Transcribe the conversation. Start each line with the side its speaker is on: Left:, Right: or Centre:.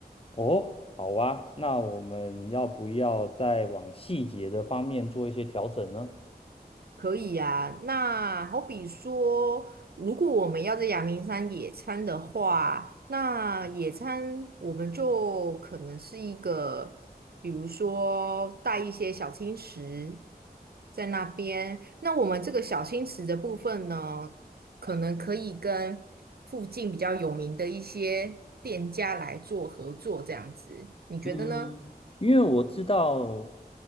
Left: 哦，好啊，那我们要不要再往细节的方面做一些调整呢？
Right: 可以呀、那好比说，如果我们要在阳明山野餐的话，那野餐我们就可能是一个，比如说带一些小青石在那边。那我们这个小青石的部分呢，可能可以跟附近比较有名的一些店家来做合作，这样子，你觉得呢？
Left: 嗯，因为我知道